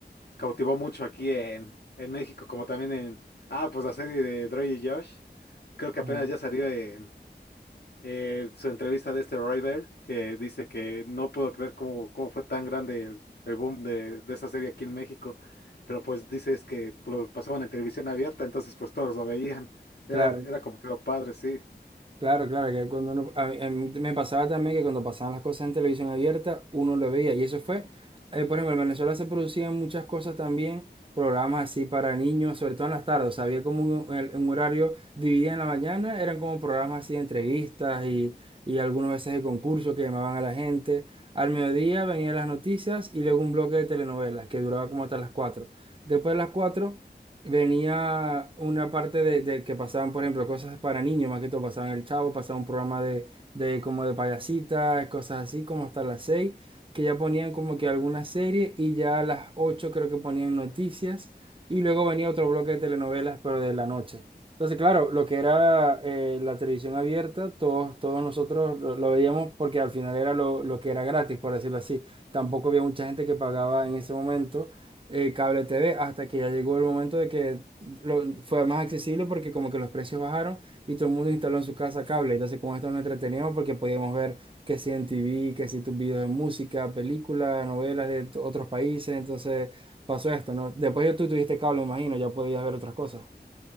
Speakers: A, on the left (about 65°); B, on the right (about 30°).
A: cautivó mucho aquí en, en México, como también en, ah, pues la serie de Dre y Josh. Creo que
B: ujú,
A: apenas ya salió en eh, su entrevista de este Roy Bell, que dice que no pudo creer cómo, cómo fue tan grande el, el boom de, de esa serie aquí en México. Pero pues dice es que lo pasaban en televisión abierta, entonces pues todos lo veían.
B: Claro.
A: Era, era como que lo padre, sí.
B: Claro, claro, que cuando uno- a mí- a mí me pasaba también que cuando pasaban las cosas en televisión abierta, uno lo veía. Y eso fue, eh, por ejemplo, en Venezuela se producían muchas cosas también, programas así para niños, sobre todo en las tardes. O sea, había como un, el- un horario dividido en la mañana, eran como programas así de entrevistas y, y algunas veces de concursos que llamaban a la gente. Al mediodía venían las noticias y luego un bloque de telenovelas que duraba como hasta las cuatro Después de las 4 venía una parte de, de que pasaban, por ejemplo, cosas para niños, más que todo pasaban El Chavo, pasaba un programa de, de como de payasitas, cosas así, como hasta las seis, que ya ponían como que alguna serie y ya a las ocho creo que ponían noticias y luego venía otro bloque de telenovelas, pero de la noche. Entonces, claro, lo que era eh, la televisión abierta, todos, todos nosotros lo, lo veíamos porque al final era lo, lo que era gratis, por decirlo así. Tampoco había mucha gente que pagaba en ese momento eh, cable T V hasta que ya llegó el momento de que lo- fue más accesible porque como que los precios bajaron y todo el mundo instaló en su casa cable. Entonces con esto nos entreteníamos porque podíamos ver que si en T V que si tus videos de música, películas, novelas de t- otros países. Entonces pasó esto, ¿no? Después ya tú tuviste cable, imagino, ya podías ver otras cosas.